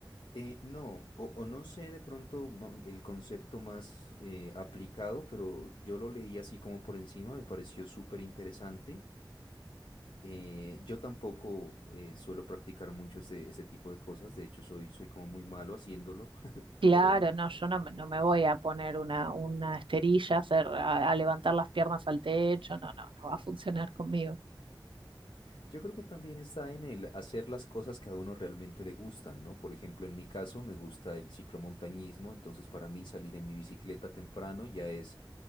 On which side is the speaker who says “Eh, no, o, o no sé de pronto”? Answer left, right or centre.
Left